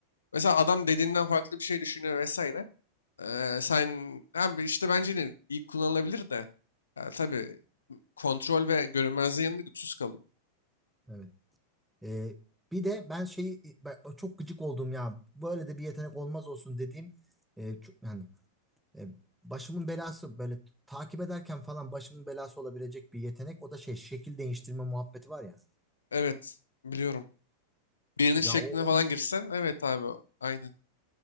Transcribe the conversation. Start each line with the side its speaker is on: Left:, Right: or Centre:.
Left: Mesela adam dediğinden farklı bir şey düşünüyor vesaire. Ee, sen abi işte bence yine iyi kullanılabilir de. Yani tabii kontrol ve görünmezliğin yanında güçsüz kalıyor.
Centre: Evet. Ee, bir de ben şey ben çok gıcık oldum ya. Böyle de bir yetenek olmaz olsun dediğim e, çok yani e, başımın belası böyle takip ederken falan başımın belası olabilecek bir yetenek. O da şey şekil değiştirme muhabbeti var ya.
Left: Evet biliyorum. Birinin
Centre: Ya
Left: şekline
Centre: o,
Left: falan
Centre: o
Left: girsen evet abi aynı.